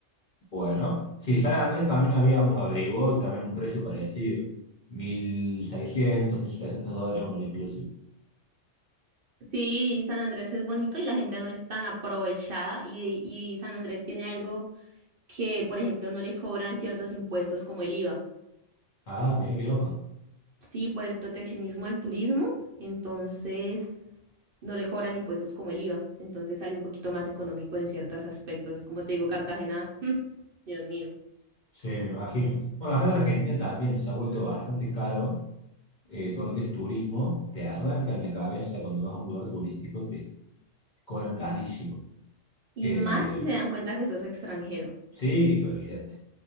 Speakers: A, on the left; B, on the right.
A: Bueno, sí, San Andrés también habíamos averiguado y también un precio parecido. mil seiscientos mil setecientos dólares un all inclusive.
B: Sí, San Andrés es bonito y la gente no es tan aprovechada y, y San Andrés tiene algo que, por ejemplo, no le cobran ciertos impuestos como el IVA.
A: Ah, mira qué loco.
B: Sí, por el proteccionismo al turismo, entonces no le cobran impuestos como el IVA, entonces sale un poquito más económico en ciertos aspectos. Como te digo, Cartagena, <laughs> Dios mío.
A: Sí, me imagino. Bueno, acá en Argentina también se ha vuelto bastante caro eh, todo lo que es turismo. Te arrancan la cabeza cuando vas a un lugar turístico, te cobran carísimo.
B: Y
A: Eh,
B: más si se dan cuenta que sos extranjero.
A: sí, olvídate,